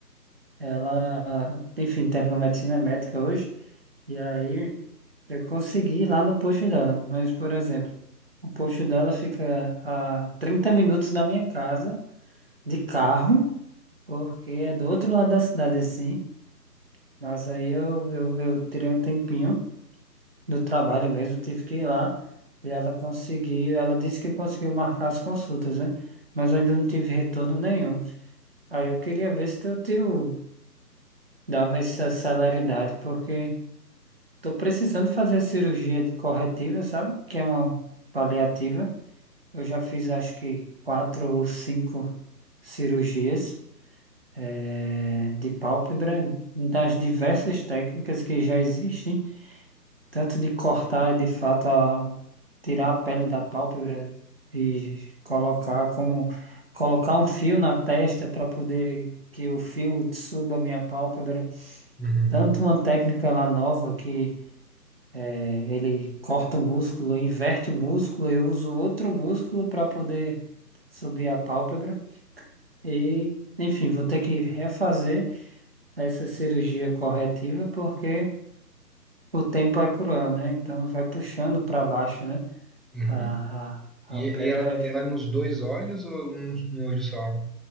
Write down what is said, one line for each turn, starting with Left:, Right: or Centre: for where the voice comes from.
Right: Ela, enfim, terminou medicina médica hoje. E aí eu consegui ir lá no posto dela. Mas, por exemplo, o posto dela fica a 30 minutos da minha casa, de carro, porque é do outro lado da cidade, assim. Mas aí eu, eu, eu tirei um tempinho do trabalho mesmo, tive que ir lá. E ela conseguiu, ela disse que conseguiu marcar as consultas, né? Mas eu ainda não tive retorno nenhum. Aí eu queria ver se teu tio dava essa celeridade, porque tô precisando fazer a cirurgia de corretiva, sabe? Que é uma paliativa. Eu já fiz acho que quatro ou cinco cirurgias eh, de pálpebra, das diversas técnicas que já existem, tanto de cortar de fato a, tirar a pele da pálpebra e colocar como colocar um fio na testa para poder que o fio suba a minha pálpebra
Centre: Uhum,
Right: tanto uma técnica lá nova que eh, ele corta o músculo, inverte o músculo eu uso outro músculo para poder subir a pálpebra. E, enfim, vou ter que refazer essa cirurgia corretiva porque o tempo é cruel, né? Então vai puxando para baixo, né?
Centre: uhum.
Right: A, a,
Centre: E,
Right: a pele
Centre: e ela,
Right: vai.
Centre: ela nos dois olhos ou num, num olho só?